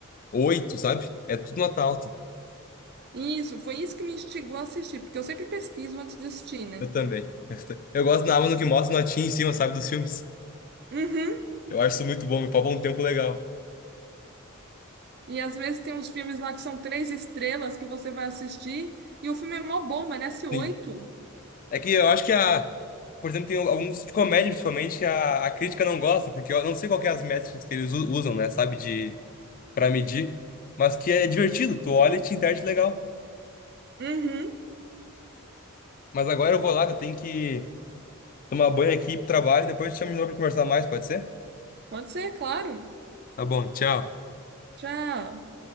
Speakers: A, on the left; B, on the right.
A: Oito, sabe? É tudo nota alta.
B: isso, foi isso que me instigou a assistir, porque eu sempre pesquiso antes de assistir, né?
A: Eu também. <laughs> Eu gosto na Amazon que mostra notinha em cima, sabe, dos filmes.
B: Uhum.
A: Eu acho isso muito bom, me poupa um tempo legal.
B: E às vezes tem uns filmes lá que são três estrelas que você vai assistir e o filme é mó bom, merece oito.
A: Sim. É que eu acho que a. Por exemplo, tem alguns de comédia, principalmente, que a, a crítica não gosta, porque eu não sei qual que é as métricas que eles u- usam, né, sabe, de pra medir. Mas que é divertido, tu olha e te interage legal.
B: Uhum.
A: Mas agora eu vou lá, que eu tenho que tomar banho aqui pro trabalho, depois eu te chamo de novo pra conversar mais, pode ser?
B: Pode ser, claro.
A: Tá bom, tchau.
B: Tchau.